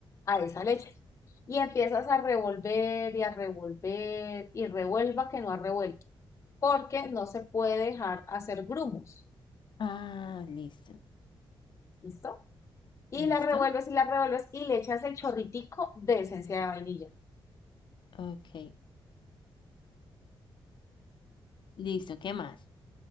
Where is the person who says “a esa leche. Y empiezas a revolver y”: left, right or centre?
Left